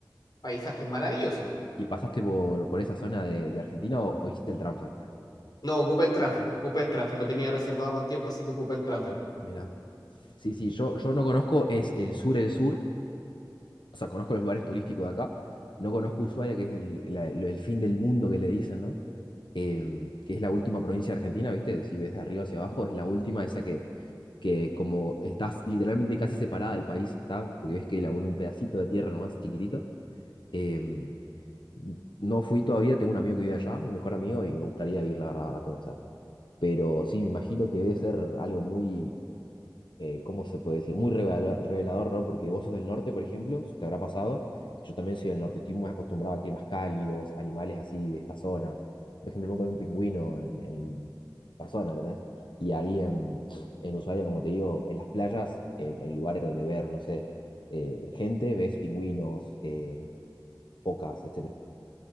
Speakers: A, on the left (about 60°); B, on the left (about 85°).
A: paisajes maravillosos.
B: ¿Y pasaste por, por esa zona de, de Argentina o, o hiciste el transfer?
A: No, ocupé el transfer, ocupé el transfer, lo tenía reservado con tiempo, así que ocupé el transfer.
B: Mira, Sí, sí, yo, yo no conozco, es el sur, el sur, o sea, conozco los lugares turísticos de acá, no conozco Ushuaia, que es el, la- lo- el fin del mundo que le dicen, ¿no? Em, que es la última provincia de Argentina, ¿viste? Si ves de arriba hacia abajo, es la última, esa que, que como estás literalmente casi separada del país, está, porque ves que la une un pedacito de tierra nomás, chiquitito. Em, No fui todavía, tengo un amigo que vive allá, mi mejor amigo, y me gustaría ir, la verdad, a conocer. Pero sí, me imagino que debe ser algo muy, eh, ¿cómo se puede decir? Muy revela- revelador, ¿no? Porque vos sos del norte, por ejemplo, te habrá pasado, y yo también soy del norte, estoy muy acostumbrado a climas cálidos, animales así de esta zona. Por ejemplo, nunca vi un pingüino en, en persona, ¿entendés? Y ahí en, en Ushuaia, como te digo, en las playas, en, en lugares de ver, no sé, eh, gente, ves pingüinos, eh, focas, etcétera.